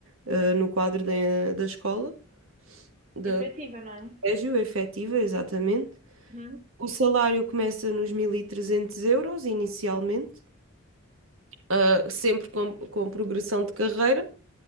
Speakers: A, on the right; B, on the right.
A: eh, no quadro da, da escola, da-
B: É criativa,
A: do
B: não é?
A: colégio, efetiva, exatamente.
B: Uhum.
A: O salário começa nos 1.300 euros inicialmente. ah, sempre com, com progressão de carreira.